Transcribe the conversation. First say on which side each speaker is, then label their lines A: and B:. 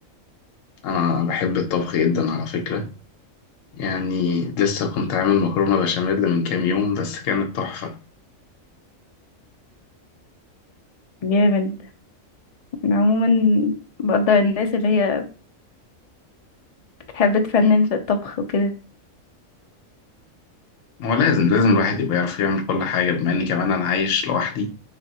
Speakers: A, on the left; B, on the left.
A: انا بحب الطبخ جدا على فكرة يعني لسه كنت عامل مكرونة بشاميل من كام يوم بس كانت تحفة
B: جامد عموما بقدر الناس اللي هي بتحب تفنن في الطبخ وكده
A: هو لازم لازم الواحد يبقى يعرف يعمل كل حاجة بما اني كمان انا عايش لوحدي